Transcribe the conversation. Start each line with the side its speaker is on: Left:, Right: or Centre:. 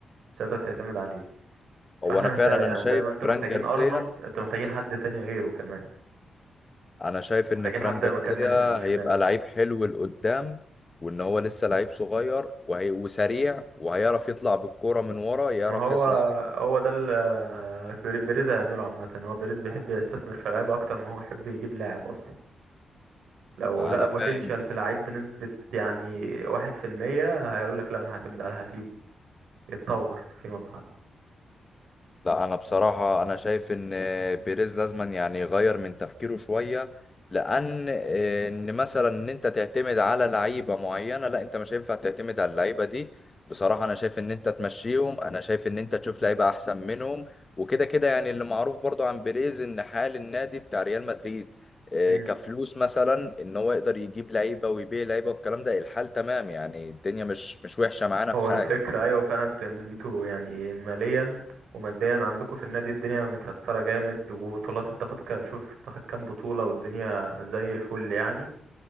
Right: مش هتقدر تعتمد عليه فاحنا
Left: هو انا فعلا
Right: محتاج يعني
Left: انا شايف
Right: زي ما انتوا
Left: فران
Right: محتاجين
Left: جارسيا
Right: ارنولد انتوا محتاجين حد تاني غيره كمان
Left: انا شايف ان
Right: محتاجين
Left: فران
Right: حد
Left: جارسيا
Right: مكان ناحية الشمال
Left: هيبقى
Right: يعني
Left: لعيب حلو لقدام وان هو لسه لعيب صغير وهي وسريع وهيعرف يطلع بالكرة من ورا يعرف
Right: ما هو
Left: يصنع
Right: هو ده اللي بيريز هيعمله عامة هو بيريز بيحب يستثمر في لعيبة أكتر ما هو يحب يجيب لاعب أصلا لو
Left: انا
Right: لقى بوتنشال
Left: فاهم
Right: في لعيب بنسبة يعني واحد في المية هيقولك لا أنا هعتمد عليه هسيبه يتطور فيما بعد
Left: لا انا بصراحه انا شايف ان بيريز لازما يعني يغير من تفكيره شويه لان ان مثلا ان انت تعتمد على لعيبه معينه لا انت مش هينفع تعتمد على اللعيبه دي بصراحه انا شايف ان انت تمشيهم انا شايف ان انت تشوف لعيبه احسن منهم وكده كده يعني اللي معروف برضو عن بيريز ان حال النادي بتاع ريال مدريد آه،
Right: مم.
Left: كفلوس مثلا ان هو يقدر يجيب لعيبه ويبيع لعيبه والكلام ده الحال تمام يعني الدنيا مش مش وحشه معانا
Right: هو
Left: في حاجه
Right: الفكرة أيوة فعلا انتوا يعني، انتوا يعني ماليا وماديا عندكم في النادي الدنيا متيسرة جامد وبطولات تاخد شوف تاخد كام بطولة والدنيا زي الفل يعني